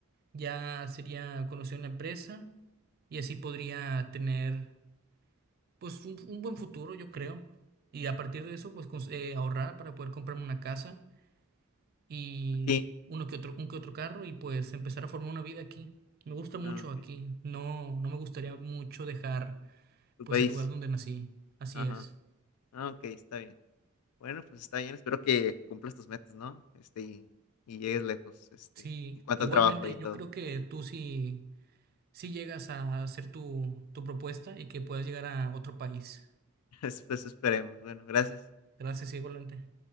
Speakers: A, on the right (about 45°); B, on the left (about 80°).
A: ya sería conocido en la empresa y así podría tener pues un, un buen futuro, yo creo. Y a partir de eso, pues cons- eh, ahorrar para poder comprarme una casa y
B: aquí,
A: uno que otro, un que otro carro y pues empezar a formar una vida aquí. Me gusta mucho
B: ah, ok,
A: aquí. No, no me gustaría mucho dejar
B: Tu
A: pues
B: país,
A: el lugar donde nací. Así
B: ajá,
A: es.
B: ah, ok, está bien. Bueno, pues está bien, espero que cumplas tus metas, ¿no? Este, y, y llegues lejos, este,
A: Sí,
B: en cuanto
A: igualmente,
B: al trabajo y
A: yo
B: todo.
A: creo que tú sí, sí llegas a hacer tu, tu propuesta y que puedas llegar a otro país.
B: <laughs> Pues esperemos. Bueno, gracias.
A: Gracias, igualmente.